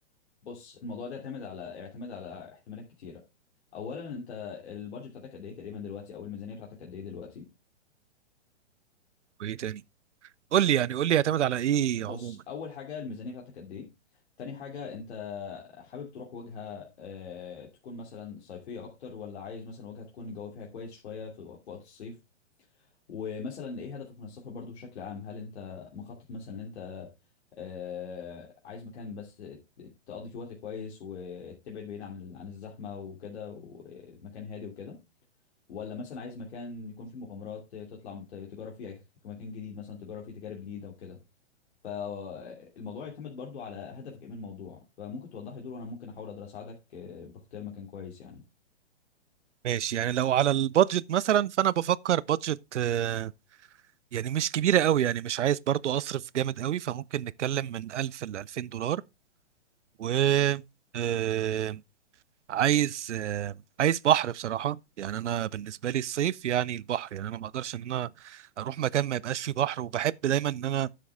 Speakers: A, on the left; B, on the right.
A: بص الموضوع ده يعتمد على يعتمد على احتمالات كتيره اولا انت البادجت بتاعتك قد ايه تقريبا دلوقتي او الميزانيه بتاعتك قد ايه دلوقتي
B: وايه تاني قول لي يعني قول لي يعتمد على ايه
A: بص
B: عموما
A: اول حاجه الميزانيه بتاعتك قد ايه تاني حاجه انت حابب تروح وجهه آه، تكون مثلا صيفيه اكتر ولا عايز مثلا وجهه تكون الجو فيها كويس شويه في في وقت الصيف ومثلا ايه هدفك من السفر برضو بشكل عام هل انت مخطط مثلا ان انت آه، عايز مكان بس ت- تقضي فيه وقت كويس وتبعد بعيد عن ال- عن الزحمة وكده ومكان هادي وكده ولا مثلا عايز مكان يكون فيه مغامرات تطلع مت- تجرب فيه أي- مكان جديد مثلا تجرب فيه تجارب جديدة وكده فالموضوع يعتمد برضو على هدفك ايه من الموضوع فممكن توضح لي دول وانا ممكن احاول اقدر اساعدك آه، باختيار مكان كويس يعني
B: ماشي يعني لو على البادجت مثلا فانا بفكر بادجت آه، يعني مش كبيره قوي يعني مش عايز برضو اصرف جامد قوي فممكن نتكلم من 1000 ل 2000 دولار و آه، عايز آه، عايز بحر بصراحة يعني أنا بالنسبة لي الصيف يعني البحر يعني أنا ما أقدرش إن أنا أروح مكان ما يبقاش فيه بحر وبحب دايما إن أنا